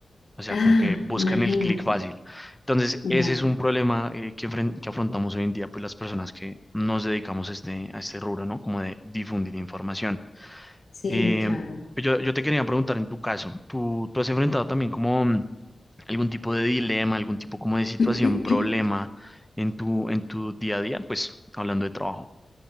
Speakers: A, in the centre; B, on the left (about 65°).
A: O sea,
B: Ah,
A: como que buscan
B: imagínate.
A: el clic fácil. Entonces,
B: Ya,
A: ese es un problema eh, que, enfren- que afrontamos hoy en día, pues las personas que nos dedicamos a este, a este rubro, ¿no? Como de difundir información.
B: sí,
A: Eh,
B: claro.
A: yo, yo te quería preguntar en tu caso, ¿tú, tú has enfrentado también como mm, algún tipo de dilema, algún tipo como de situación,
B: <clears throat>
A: problema en tu, en tu día a día? Pues hablando de trabajo.